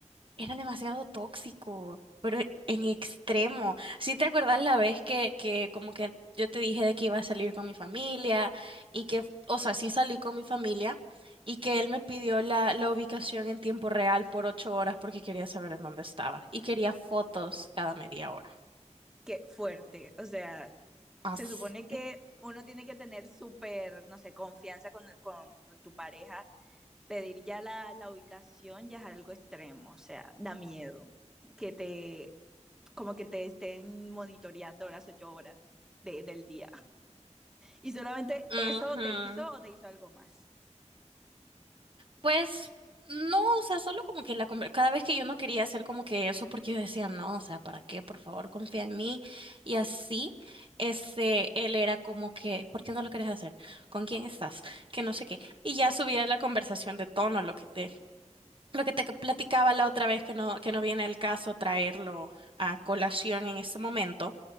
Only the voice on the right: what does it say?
Era demasiado tóxico, pero en extremo. ¿Sí te acuerdas la vez que, que como que yo te dije de que iba a salir con mi familia y que, o sea, sí salí con mi familia y que él me pidió la, la ubicación en tiempo real por ocho horas porque quería saber en dónde estaba y quería fotos cada media hora?
Así.
Ujú.
Pues no, o sea, solo como que la conver- cada vez que yo no quería hacer como que eso porque yo decía, no, o sea, ¿para qué? Por favor, confía en mí. Y así, este, él era como que, ¿por qué no lo querés hacer? ¿Con quién estás? Que no sé qué. Y ya subía la conversación de tono, lo que te, lo que te platicaba la otra vez que no, que no viene al caso traerlo a colación en este momento.